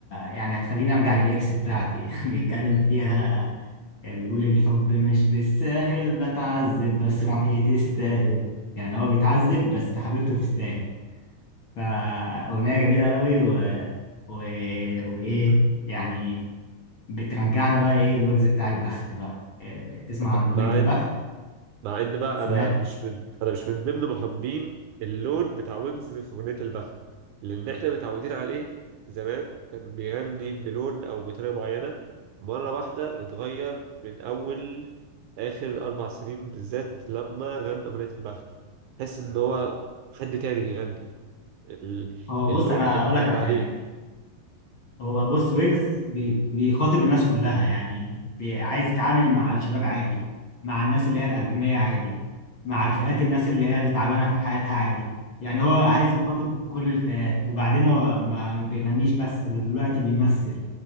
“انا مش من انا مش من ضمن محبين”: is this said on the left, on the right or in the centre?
Right